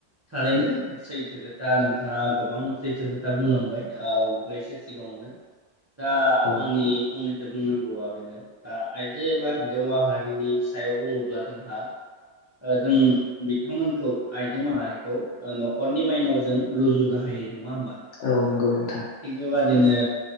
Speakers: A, on the right; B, on the left.
A: थारैनो । सैथो खोथा नोंथाङा गोबां सैथो खोथा बुंलांबाय आवगायसो सिगाङावनो । दा
B: औ
A: आंनि फंनै बुंनांगौआ बेनो दा आइजो एबा हिन्जाव माहारिनि सायाव बुङोब्ला जोंहा ओ जों बिथांमोनखौ आइजो माहारिखौ नखरनि माइनाव जों रुजुनो हायो नङा होमबा?
B: औ नंगौ नों
A: थिग <unintelligible> बिदिनो